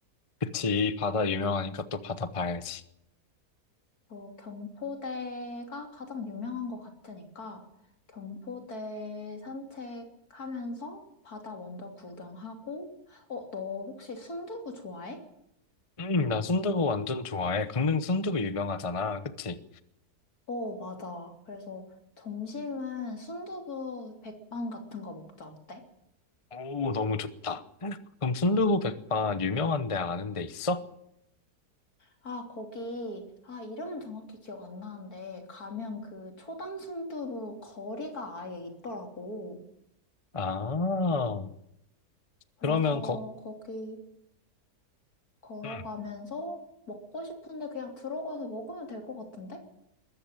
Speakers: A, on the left (about 25°); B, on the left (about 65°).
A: 그치. 바다 유명하니까 또 바다 봐야지.
B: 그 경포대가 가장 유명한 것 같으니까 경포대 산책하면서 바다 먼저 구경하고, 어, 너 혹시 순두부 좋아해?
A: 음, 나 순두부 완전 좋아해. 강릉 순두부 유명하잖아. 그치?
B: 어, 맞아. 그래서 점심은 순두부 백반 같은 거 먹자. 어때?
A: 오, 너무 좋다. 그럼 순두부 백반 유명한 데 아는 데 있어?
B: 아, 거기, 아, 이름은 정확히 기억 안 나는데, 가면 그 초당 순두부 거리가 아예 있더라고.
A: 아,
B: 그래서
A: 그러면 거,
B: 거기 걸어가면서
A: 음,
B: 먹고 싶은데 그냥 들어가서 먹으면 될 것 같은데?